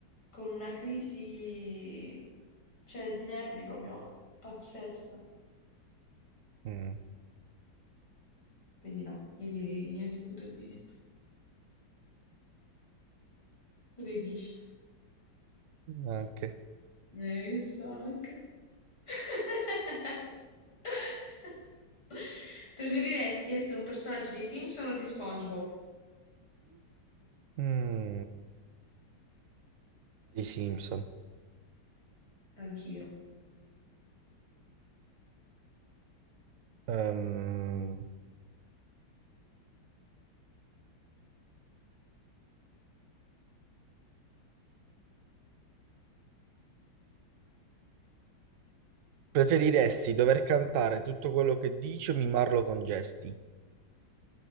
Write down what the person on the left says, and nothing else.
con una crisi, cioè, di nervi proprio pazzesca.
Quindi no, io direi niente foto e video. Tu che dici?
Eh, so anche. <laughs> Preferiresti essere un personaggio dei Simpson o di SpongeBob?
Anch'io.